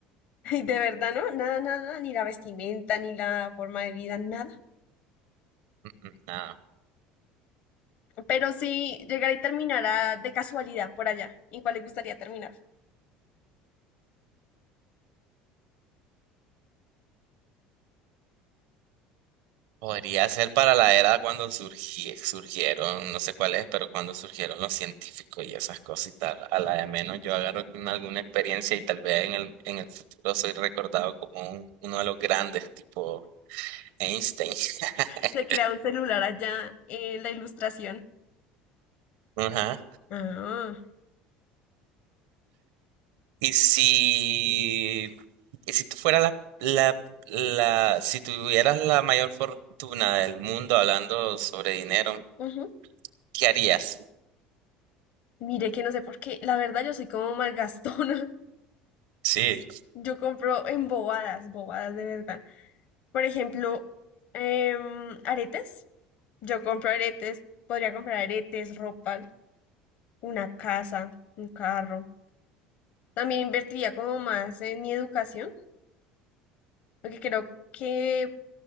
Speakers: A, on the left; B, on the right.
A: <laughs> De verdad, ¿no? Nada, nada, ni la vestimenta, ni la forma de vida, nada.
B: Mm, mm, Nada.
A: Pero sí, llegar y terminar a- de casualidad por allá. ¿En cuál le gustaría terminar?
B: Podría ser para la era cuando surgí- surgieron, no sé cuál es, pero cuando surgieron los científicos y esas cositas, a la de menos yo agarro una- alguna experiencia y tal vez en el, en el futuro soy recordado como un- uno de los grandes, tipo Einstein. <laughs>
A: <laughs> Se crea un celular allá en la ilustración.
B: Ajá.
A: Ah,
B: Y si Y si tú fueras la, la, la, si tuvieras la mayor fortuna del mundo hablando sobre dinero,
A: ujú.
B: ¿qué harías?
A: Mire que no sé por qué. La verdad, yo soy como malgastona. <laughs>
B: Sí.
A: Yo compro en bobadas, bobadas de verdad. Por ejemplo, em, aretes. Yo compro aretes. Podría comprar aretes, ropa, una casa, un carro. También invertiría como más en mi educación, porque creo que